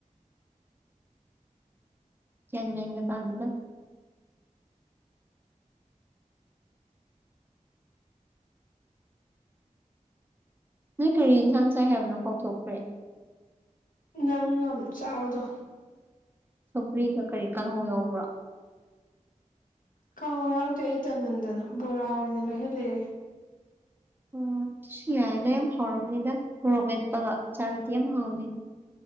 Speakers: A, on the right; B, on the left.
A: ꯒꯌꯥꯟ ꯃꯦꯟꯒ ꯇꯥꯗꯦꯗ ꯅꯣꯏ ꯀꯔꯤ ꯌꯦꯟꯁꯥꯡ ꯆꯥꯏ ꯍꯥꯏꯕꯅꯣ ꯀꯥꯎꯊꯣꯛꯈ꯭ꯔꯦ
B: ꯅꯪ ꯌꯥꯝ ꯆꯥꯕꯗꯣ
A: ꯁꯧꯀ꯭ꯔꯤꯒ ꯀꯔꯤ ꯀꯥꯡꯍꯧ ꯌꯥꯎꯕ꯭ꯔꯥ
B: ꯀꯥꯡꯉꯣ ꯌꯥꯎꯗꯦ ꯑꯩ ꯇꯟꯃꯟꯗꯅ ꯕꯣꯔꯥ ꯑꯣꯏꯅ ꯂꯩꯍꯜꯂꯚꯑꯦ
A: ꯑꯣ ꯑꯗꯨꯁꯨ ꯌꯥꯥꯏꯅ ꯌꯥꯝ ꯍꯥꯎꯔꯝꯅꯤꯗ ꯃꯣꯔꯣꯛ ꯃꯦꯠꯄꯒ ꯆꯥꯔꯗꯤ ꯌꯥꯝ ꯍꯥꯎꯅꯤ